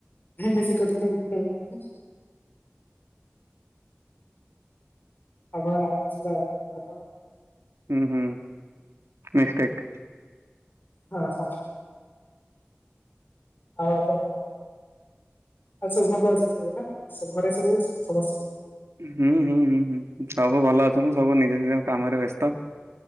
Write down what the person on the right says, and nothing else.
ହୁଁ ହୁଁ ମିଷ୍ଟେକ୍।
ହୁଁ ହୁଁ ହୁଁ ହୁଁ। ସବୁ ଭଲ ଅଛନ୍ତି ସବୁ ନିଜ ନିଜ କାମରେ ବ୍ୟସ୍ତ।